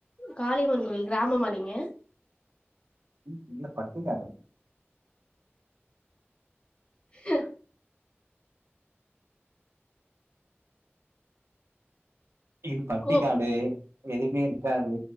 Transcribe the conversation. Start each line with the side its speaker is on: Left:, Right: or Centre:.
Left: காளியம்மன் கோயில் கிராமமா நீங்க
Right: ம் இல்ல பட்டிக்காடு
Left: ஹ
Right: இது பட்டிக்காடு
Left: கோ
Right: எதுவுமே இருக்காது